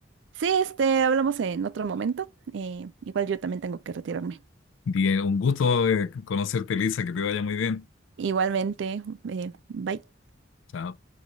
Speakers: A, on the right; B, on the left.
A: Sí, este, hablamos en otro momento. Eh, igual yo también tengo que retirarme.
B: Bien, un gusto eh, conocerte, Lisa, que te vaya muy bien.
A: Igualmente, eh, bye.
B: Chao.